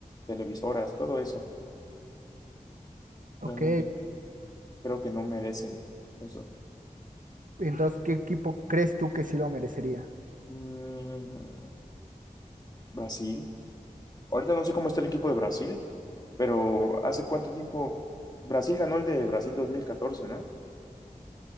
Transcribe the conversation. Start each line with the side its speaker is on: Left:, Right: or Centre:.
Left: televisoras, todo eso.
Right: Ok,
Left: Realmente creo que no merecen eso.
Right: entonces, ¿qué equipo crees tú que sí lo merecería?
Left: Mm, Brasil. Ahorita no sé cómo está el equipo de Brasil, pero hace cuánto tiempo Brasil ganó el de Brasil dos mil catorce ¿no?